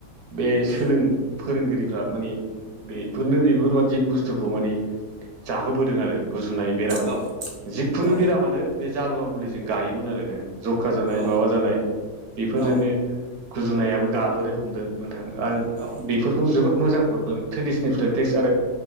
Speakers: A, on the right; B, on the right.
A: बे सोलों
B: उम
A: फोरोंगिरिफ्रा माने बेफोरनो बेफोरबादि बुस्थुखौ माने जाहोबोदों आरो गुजुनाय बेराम
B: औ
A: जिखुनु
B: औ
A: बेरामानो बे जारुवा मुलिजों गायोमोन ओरैनो। जख्खा जानाय
B: औ
A: माबा जानाय बेफोरजोंनो
B: औ
A: गुजुनायाबो गाबोदों मोनदों नोंथां आं
B: औ
A: बेफोरखौ जोबोद मोजां मोनदों ट्रेडिसनेल प्रेक्ट्रेस आरो